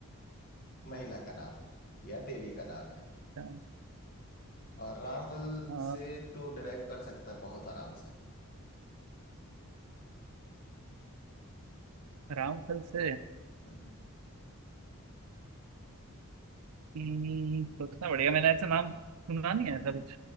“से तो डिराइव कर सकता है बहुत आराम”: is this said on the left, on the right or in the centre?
Left